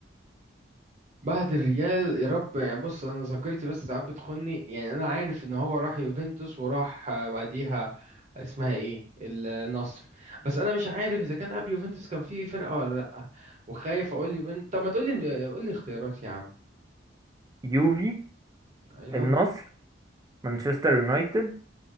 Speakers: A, on the right; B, on the right.
A: بعد الريال يا رب يعني بص انا ذاكرتي بس ساعات بتخني يعني انا عارف ان هو راح يوفنتوس وراح آه، بعديها اسمها ايه النصر بس انا مش عارف اذا كان قبل يوفنتوس كان في فرقة ولا لا وخايف اقول يوفنتوس طب ما تقول لي قول لي اختيارات يا عم
B: يوفي
A: ايوه
B: النصر مانشستر يونايتد